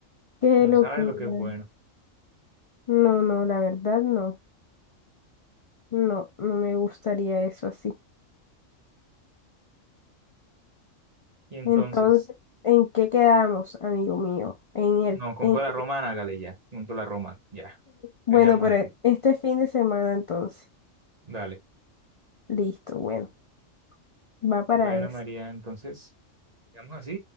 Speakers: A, on the left; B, on the right.
A: Qué
B: No
A: locura.
B: sabes lo que es bueno.
A: No, no, la verdad no. No, no me gustaría eso así.
B: Y entonces,
A: Entonces, ¿en qué quedamos, amigo mío? En el,
B: no, con
A: en
B: cola romana, hágale ya, con cola romana, ya,
A: Bueno,
B: dejemos
A: pero
B: así.
A: e- este fin de semana entonces.
B: Dale.
A: Listo, bueno, va para
B: Bueno,
A: eso.
B: María, entonces, quedamos así